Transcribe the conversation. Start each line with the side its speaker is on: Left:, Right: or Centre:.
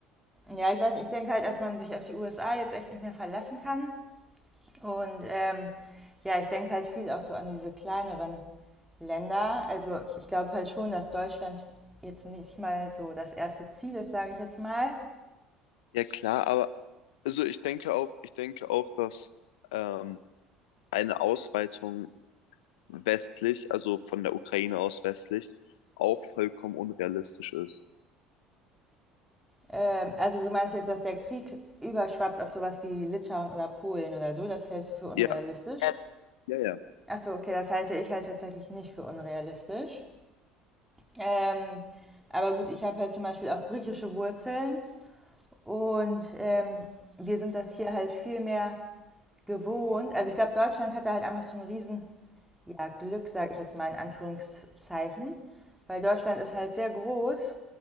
Centre: Ja, ich weiß nicht, ich denke halt, dass man sich auf die USA jetzt echt nicht mehr verlassen kann. Und ähm, ja, ich denke halt viel auch so an diese kleineren Länder. Also ich glaube halt schon, dass Deutschland jetzt nicht mal so das erste Ziel ist, sage ich jetzt mal.
Left: ja klar, aber also ich denke auch, ich denke auch, dass ähm, eine Ausweitung westlich, also von der Ukraine aus westlich, auch vollkommen unrealistisch ist.
Centre: Ähm, also du meinst jetzt, dass der Krieg überschwappt auf sowas wie Litauen oder Polen oder so, das hältst du für unrealistisch.
Left: Ja, ja, ja, ja,
Centre: Achso, okay, das halte ich halt tatsächlich nicht für unrealistisch. Ähm, aber gut, ich habe halt zum Beispiel auch griechische Wurzeln und ähm, wir sind das hier halt viel mehr Gewohnt. Also ich glaube, Deutschland hatte halt einfach so ein riesen ja, Glück, sage ich jetzt mal in Anführungszeichen, weil Deutschland ist halt sehr groß